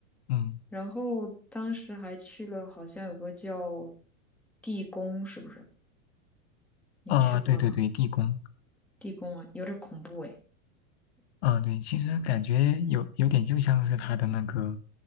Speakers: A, on the left (about 50°); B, in the centre.
A: 嗯，
B: 然后当时还去了，好像有个叫地宫，是不是？你去过吗？
A: 啊，对对对，地宫。
B: 地宫啊，有点恐怖哎。
A: 啊，对，其实感觉有有点就像是他的那个